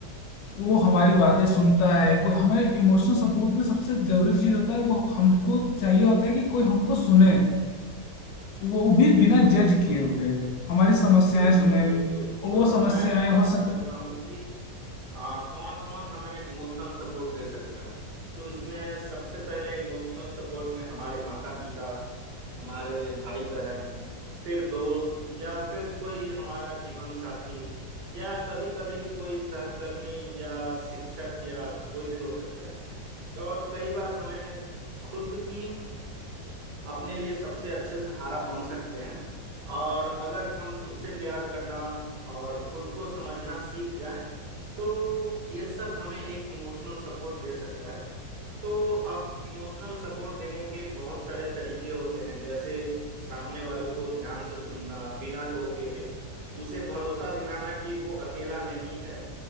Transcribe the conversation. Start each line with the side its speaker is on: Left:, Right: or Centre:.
Left: वो हमारी बातें सुनता है कोई हमें इमोशनल सपोर्ट में सबसे जरूरी चीज होता है वो हमको चाहिए होता है कि कोई हमको सुने वो भी
Right: बिल्कुल
Left: बिना जज
Right: बिल्कुल
Left: किए हुए हमारी समस्याएं
Right: बिल्कुल
Left: सुने
Right: बिल्कुल
Left: और
Right: तो
Left: वो समस्याएं
Right: मैं बात
Left: हो सक
Right: करता हूँ कि कौन कौन हमें इमोशनल सपोर्ट दे सकता है तो इसमें सबसे पहले इमोशनल सपोर्ट में हमारे माता पिता हमारे भाई बहन फिर दोस्त या फिर कोई हमारा जीवन साथी या कभी कभी कोई सहकर्मी या शिक्षक या कोई भी हो सकता है तो और कई बार हमें खुद ही अपने लिए सबसे अच्छे सहारा बन सकते हैं और अगर हम खुद से प्यार करना और खुद को समझना सीख जाएं तो ये सब हमें एक इमोशनल सपोर्ट दे सकता है तो अब इमोशनल सपोर्ट देने के बहुत सारे तरीके होते हैं जैसे सामने वालों को ध्यान से सुनना बिना टोके उसे भरोसा दिलाना कि वो अकेला नहीं है